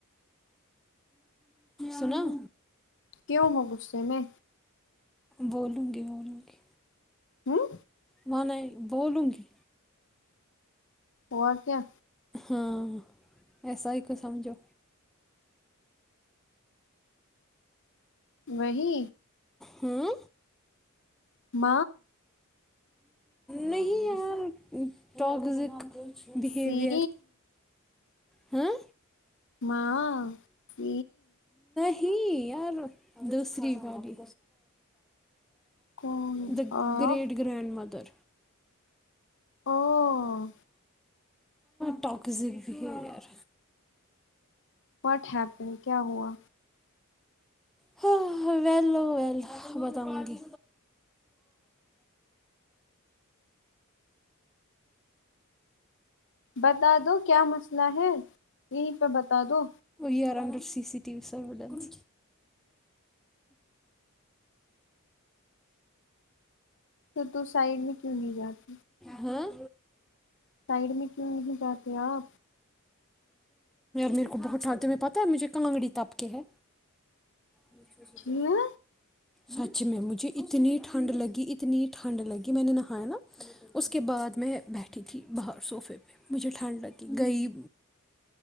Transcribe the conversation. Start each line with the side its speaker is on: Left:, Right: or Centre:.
Centre: سناو
Left: کیوں ہو غصے میں؟
Centre: بولوں گی بولوں گی
Left: ہوں
Centre: میںان بولوں گی
Left: اور کیا
Centre: ہاں ایسا ہی کو سمجھو
Left: وہی
Centre: ہوں
Left: م
Centre: نہیں ہے ٹگزک بہیویر
Left: سی
Centre: ہاں
Left: مع پ
Centre: تھی یار دوسری باری
Left: کون
Centre: دا
Left: of
Centre: great grand mother
Left: oh
Centre: toxic behaviour
Left: what happen کیا ہوا
Centre: ہاں ہ ولو ولو بتاؤں گی
Left: بتا دو کیا مسئلہ ہے یہیں پہ بتا دو
Centre: P R under C C T V surveillance
Left: پھر تو سائڈ میں کیوں نہیں جاتی
Centre: ہاں
Left: سائڈ میں کیوں نہیں جاتے آپ
Centre: میر کو بہت شانتے پتا ہے مجھے کانگڑی تب کے ہے س
Left: کیوں؟
Centre: آ سچ میں مجھے اتنی ٹھنڈ لگی اتنی ٹھنڈ لگی میں نے نہایا نا اس کے بعد میں بیٹھ تھی باہر سوفے پہ مجھے ٹھنڈ لگتی گئی